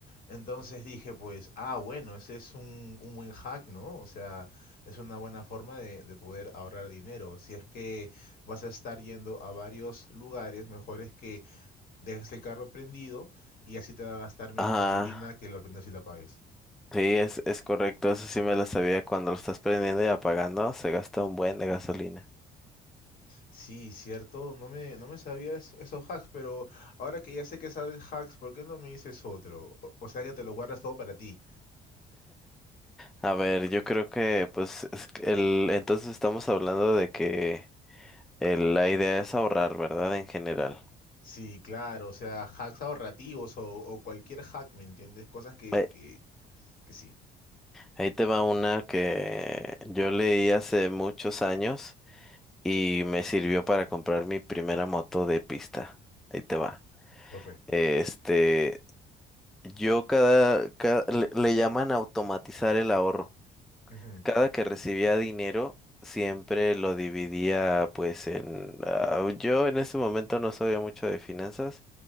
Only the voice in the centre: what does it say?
Ajá.
Sí, es, es correcto. Eso sí me lo sabía. Cuando lo estás prendiendo y apagando, se gasta un buen de gasolina.
A ver, yo creo que, pues, es que el, entonces estamos hablando de que el- la idea es ahorrar, ¿verdad? En general.
Ahí
ahí te va una que yo leí hace muchos años. y me sirvió para comprar mi primera moto de pista. Ahí te va.
Este, yo cada, cada- le, le llaman automatizar el ahorro.
Cada que recibía dinero, siempre lo dividía pues en... ah, yo en ese momento no sabía mucho de finanzas